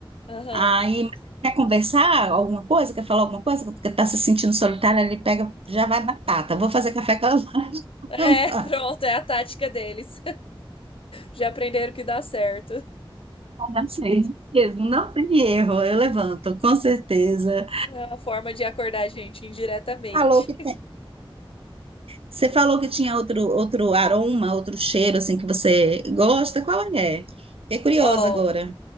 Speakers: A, on the left; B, on the right.
A: <laughs> Aham.
B: Aí, mas quer conversar alguma coisa? Quer falar alguma coisa? Porque tá se sentindo solitária, ele pega, já vai batata. Vou fazer café com a
A: É,
B: lâmpada.
A: <laughs> pronto,
B: <laughs>
A: é a tática deles. Já aprenderam que dá certo.
B: Achei, mesmo, Não tem erro, eu levanto, com certeza.
A: É uma forma de acordar a gente indiretamente.
B: Falou que tem- Você falou que tinha outro, outro aroma, outro cheiro, assim, que você gosta. Qual é? Fiquei curiosa
A: Ó,
B: agora.